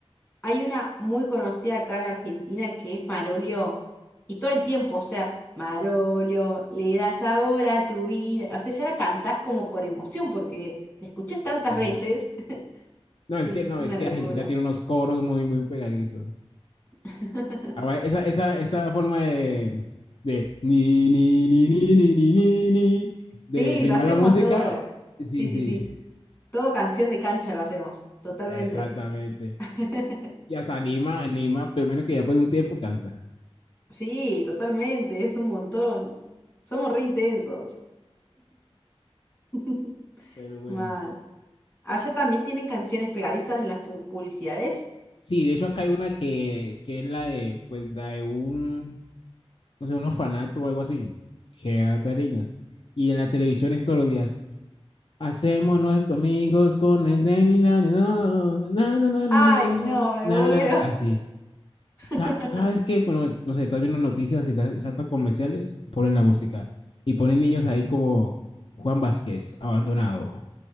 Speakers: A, on the left; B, on the left.
A: Hay una muy conocida acá en Argentina que es Marolio. Y todo el tiempo, o sea, Marolio, le da sabor a tu vida. O sea, ya la cantás como con emoción porque la escuchás tantas
B: sí,
A: veces.
B: sí.
A: <laughs>
B: No,
A: Sí,
B: es que no,
A: una
B: es que
A: locura.
B: Argentina tiene unos coros muy, muy pegadizos.
A: <laughs>
B: Ahora, Esa, esa, esa forma de, de ni, ni, ni, ni, ni, ni, ni, ni, de
A: Sí,
B: rimar
A: lo hacemos
B: la música,
A: todo.
B: sí,
A: Sí, sí,
B: sí,
A: sí. Todo canción de cancha lo hacemos, totalmente.
B: exactamente.
A: <laughs>
B: Y hasta anima, anima, pero menos que ya después de un tiempo cansa.
A: Sí, totalmente, es un montón. Somos re intensos. <laughs>
B: Pero bueno.
A: Mal. ¿Allá también tienen canciones pegadizas en las pu- publicidades?
B: Sí, de hecho acá hay una que, que es la de, pues, la de un, no sé, un orfanato o algo así, que adopta niños. Y en la televisión es todos los días. Hacemos nuestros amigos con el de ni na, ni na, na, na, na, na,
A: Ay,
B: na,
A: no, me
B: na,
A: muero.
B: na", así.
A: <laughs>
B: Ca- cada vez que, bueno, no sé, estás viendo noticias y sal- saltan comerciales, ponen la música. Y ponen niños ahí como Juan Vázquez, abandonado